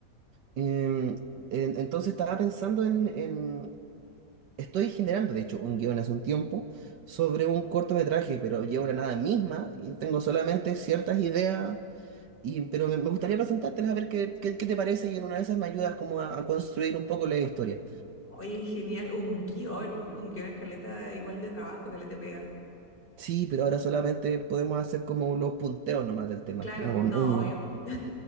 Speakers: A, on the right; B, on the left.
A: Em, en- entonces estaba pensando en, Estoy generando, de hecho, un guión hace un tiempo sobre un cortometraje, pero llevo la nada misma y tengo solamente ciertas ideas, y, pero me, me gustaría presentártelas a ver qué, qué, qué te parece y en una de esas me ayudas como a, a construir un poco la historia.
B: oye, genial, un guión, un guión escaleta igual de trabajo que le te pega.
A: Sí, pero ahora solamente podemos hacer como los punteos nomás del tema.
B: Claro,
A: Un,
B: no,
A: un,
B: obvio. <laughs>